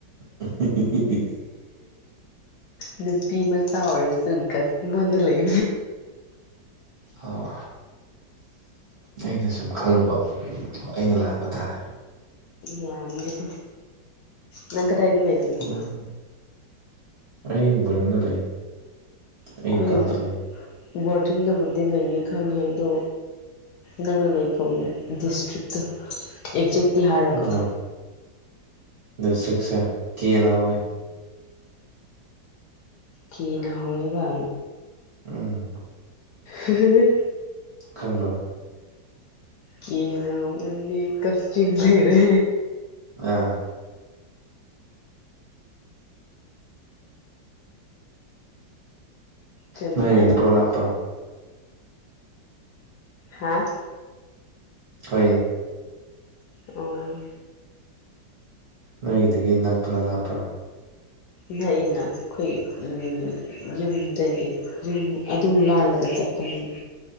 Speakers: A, on the right; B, on the left.
A: ꯎ
B: ꯅꯨꯄꯤ ꯃꯆꯥ ꯑꯣꯏꯔꯁꯨ ꯒꯁꯃꯟꯗ ꯂꯩ
A: ꯑꯣ ꯑꯩꯅ ꯁꯨꯝ ꯈꯜꯂꯨꯕ ꯑꯩꯅ ꯂꯥꯟꯕ ꯇꯥꯔꯦ
B: ꯌꯥꯗꯤ ꯅꯪ ꯀ ꯇ ꯏꯗꯤ ꯂꯩ ꯅꯪ
A: ꯎꯝ ꯑꯩ ꯒ ꯂꯩ
B: ꯑꯩꯈꯣꯏꯒꯤ
A: ꯑꯩꯒꯤ ꯀꯥꯗ ꯂꯩ
B: ꯕꯣꯔꯗꯤꯡꯗꯕꯨꯗꯤ ꯂꯩꯅꯤ ꯈꯪꯉꯦ ꯑꯗꯣ ꯅꯪꯅ ꯂꯩꯐꯝ ꯗꯤꯁꯇ꯭ꯔꯤꯛꯇ ꯑꯦꯛꯖꯦꯤ ꯍꯥꯏꯔꯛꯀꯅꯨ
A: ꯎꯝ ꯗꯤꯁꯇ꯭ꯔꯤꯛꯁꯦ ꯀꯦꯅ ꯍꯧꯋꯤ
B: ꯀꯅ ꯍꯣꯏꯕ
A: ꯎꯝ
B: ꯍꯨꯍꯨ ꯍꯨ
A: ꯈꯪꯕ
B: ꯀꯦꯅ ꯍꯧꯕꯗꯤ ꯀꯛꯆꯤꯡ ꯂꯩꯔꯦ
A: ꯑꯥ
B: ꯆꯨꯝꯃꯦ
A: ꯅꯣꯏꯒ ꯅꯛꯄ꯭ꯔꯣ ꯂꯥꯞꯄ꯭ꯔꯣ
B: ꯍꯥꯥ
A: ꯍ
B: ꯑꯣ
A: ꯅꯣꯏꯒꯤꯗꯒꯤ ꯅꯛꯄ꯭ꯔꯥ ꯂꯥꯞꯄ꯭ꯔꯥ
B: ꯅꯛꯏꯅ ꯑꯩꯈꯣꯏ ꯎꯝ ꯌꯨꯝꯗꯒꯤ ꯨꯝ ꯑꯗꯨꯝ ꯂꯅꯥꯜꯂꯒ ꯆꯠꯄꯅꯤꯅ